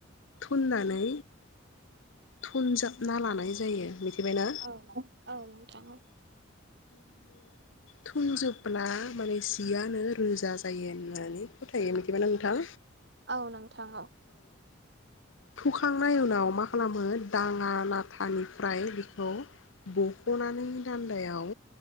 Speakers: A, on the left; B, on the right.
A: थुननानै थुनजा ना लानाय जायो। मिथिबायना
B: औ औ नोंथाङा
A: थुनजोब ब्ला माने जियानो रोजा जायो होननानै फोथायो मिथिबायना नोंथां।
B: औ नोंथां औ।
A: थुखांनायनि उनाव मा खालामो दाङा नाथानिफ्राय बेखौ बख'नानै दान्दायाव